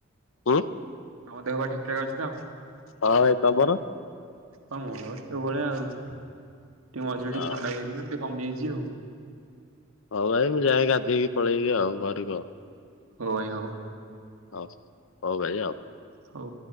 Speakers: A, on the left (about 65°); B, on the right (about 90°).
A: ହୁଁ
B: ତମ ଦେହ ପା ଠିକ ଠାକ ଅଛି ତ
A: ହଁଅଁ ଏ ତମର?
B: ହଁ ମୋର ତୋ ଭଳିଆ ଆଉ ଟିକେ ମଝିରେ
A: ହଁ।
B: ଟିକେ ଥଣ୍ଡା ହେଇଯାଇଥିଲା ଟିକେ କମିଆଇଛି ଆଉ।
A: ହଁ ଭାଇ ମୁଁ ଯାଏଁ ଗାଧେଇକି ପଳେଇବି ଆଉ ଘରକୁ
B: ହଉ ଭାଇ ହଉ।
A: ହଉ ହଉ ଭାଇ ଆଉ।
B: ହଉ।